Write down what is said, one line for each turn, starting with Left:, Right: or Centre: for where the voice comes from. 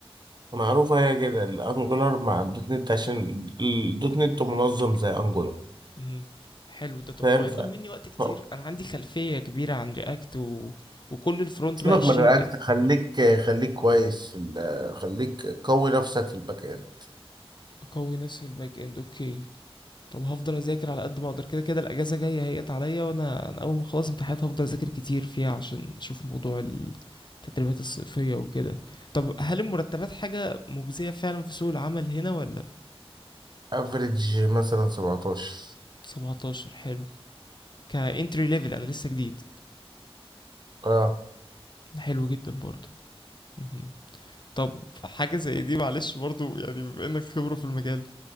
Right: معروفه هي كده الانجولار مع الدوت نت عشان الدوت نت منظم زي انجولار
Left: مم. حلو ده طب
Right: فاهم
Left: هو ياخد
Right: ف-
Left: مني وقت كتير
Right: ف-
Left: انا عندي خلفية كبيرة عن رياكت و... وكل الفرونت
Right: سيبك
Left: بقى اتش
Right: من الرياكت
Left: تي ام ال
Right: خليك خليك كويس في ال- خليك قوي نفسك في الباك اند
Left: اقوي نفسي في الباك اند اوكي طب هفضل اذاكر على قد ما اقدر كده كده الاجازه جايه هيت عليا وانا انا اول ما اخلص امتحانات هفضل اذاكر كتير فيها عشان اشوف موضوع التدريبات الصيفيه وكده طب هل المرتبات حاجه مجزيه فعلا في سوق العمل هنا ولا
Right: افريج مثلا 17
Left: 17 حلو كانتري ليفل انا لسه جديد
Right: اه
Left: حلو جدا برضو مهم. طب حاجه زي دي معلش برضو يعني بما انك خبره في المجال